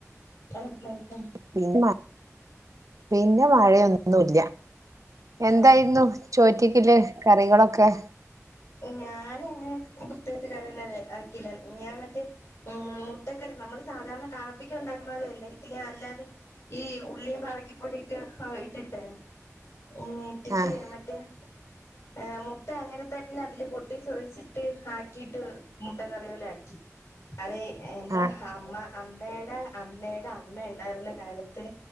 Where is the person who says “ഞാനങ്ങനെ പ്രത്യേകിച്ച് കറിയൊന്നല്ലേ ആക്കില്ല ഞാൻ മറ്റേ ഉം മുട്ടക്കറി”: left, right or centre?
Left